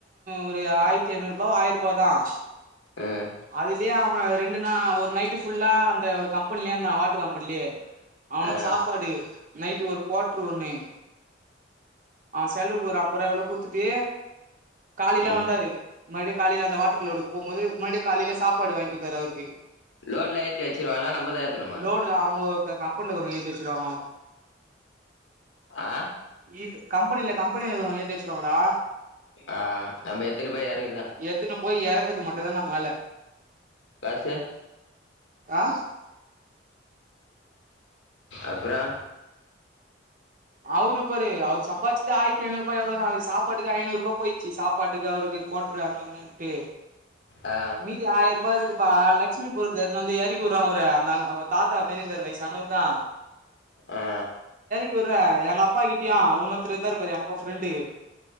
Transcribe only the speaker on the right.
ஒரு ஆயிரத்தி ஐநூறு ரூபாய ஆயிரம் ரூபாய தான்
அதுலயே அவங்க ரெண்டு நா ஒரு நைட்டு் ஃபுல்லா அந்த கம்பெனிலயே இருந்தான் வாட்டர் கம்பெனிலயே அவனுக்கு
சாப்பாடு நைட்டு ஒரு குவார்டரு ஒண்ணு ஆ செலவுக்கு ஒரு அம்பது ரூபா குட்த்துட்டு காலில
வந்தாரு மறுபடிய காலயில அந்த வாட்டர்லோடு போும்பது மறுபடிய காலயில சாப்பாடு வாங்கி கொடுத்தாரு அவருக்கு
லோடு அவங்க கம்பெனில ஏத்தி வச்சிருவாங்க
இது கம்பெனியில கம்பெனிலவங்க ஏத்தி வச்சருவாங்கடா
எத்துன்னு போய் எறக்குறது மட்டுும்்தான நம்ம வேல
ஆ
அவரு பாரு அவரு சம்பாச்சதே ஆயித்து ஐநூறூய் எவ்ளோ அது சாப்பட்டுகே ஐநூறூபா போ போயிச்சு சாப்பாட்டுக்கு அவருக்கு கோட்ரு அங்க இங்கன்னுட்டு
மீதி ஆயிர ரூபா இருக்கு இப்ப லட்சுமிபுரத்துல எடுத்துவந்து எறக்கி வுடறாங்க அவர அந்தங்க தாத்தா மாரி இருந்தரு வயசானவருதா
டுற எங்க அப்பா கிட்டயு உன்னொருத்தர் இருந்தாரு பாரு எங்க அப்பா ஃப்ரெண்டு